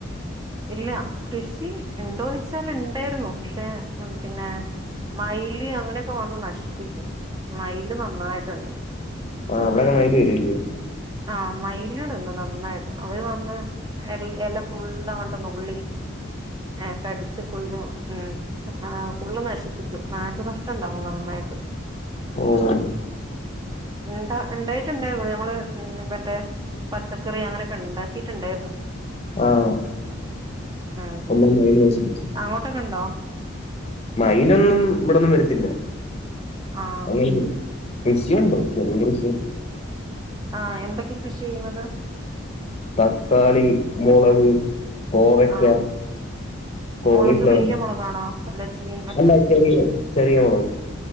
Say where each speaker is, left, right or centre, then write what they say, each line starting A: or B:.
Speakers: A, on the right; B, on the left.
A: ഇല്ല കൃഷി ഇണ്ടോയ്ച്ചാൽ ഇണ്ടായിരുന്നു പക്ഷേ പിന്നേ മയില് അങ്ങനെക്കെ വന്ന് നശിപ്പിക്കും മയില് നന്നായിട്ടുണ്ട്
B: ആഹ് അവിടെക്ക മയില് വരും ഇല്ല്യോ
A: ആഹ് മയില് തിന്നും നന്നായിട്ട് അവര് വന്ന് എല എല ഫുള്ളങ്ങ ട്ട് നുള്ളി എഹ് കടിച്ച് ഫുള്ളും ഉം ആഹ് ഫുള്ളു നശിപ്പിക്കും നാശ നഷ്ട്ടം ഇണ്ടാകും നന്നായിട്ട്
B: ഓഹ്
A: ഇണ്ടാ ഇണ്ടായിട്ടുണ്ടായിര്ന്നു ഞമ്മള് ഉം മറ്റേ പച്ചക്കറി അങ്ങനെക്കെ ഇണ്ടാക്കിട്ടിണ്ടായിരുന്നു
B: ആഹ് <unintelligible>
A: ഉം
B: നശിപ്പിച്ചു
A: അങ്ങോട്ടൊക്കെ ഉണ്ടോ
B: മയിലൊന്നും ഇവിടൊന്നും വരത്തില്ല
A: ആഹ്
B: അങ്ങനൊന്നും കൃഷിയുണ്ട് ചെറിയ കൃഷിയൊക്കെ
A: ആഹ് എന്തൊക്കെ കൃഷിയ ചെയ്യുന്നത്
B: തക്കാളി മൊളക് കോവയ്ക്ക
A: ആഹ്
B: കോളിഫ്ലവറ്
A: മുളക് വല്യ മുളകാണോ അല്ല ചീ
B: അല്ല ചെറിയത് ചെറിയ മൊളക്